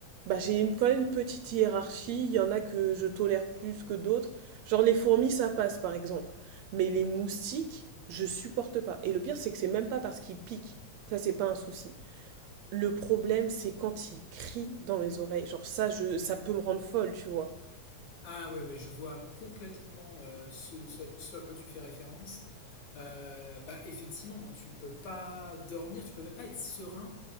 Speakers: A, on the right (about 75°); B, on the left (about 70°).
A: bah j'ai une- quand même une petite hiérarchie, il y en a que je tolère plus que d'autres. Genre les fourmis ça passe par exemple, mais les moustiques, je supporte pas. Et le pire c'est que c'est même pas parce qu'ils piquent. Ça c'est pas un souci. Le problème c'est quand ils crient dans mes oreilles. Genre ça je ça peut me rendre folle, tu vois.
B: Ah oui, oui, je vois complètement euh, ce, ce- ce à quoi tu fais référence. Euh, bah effectivement, tu peux pas dormir, tu peux même pas être serein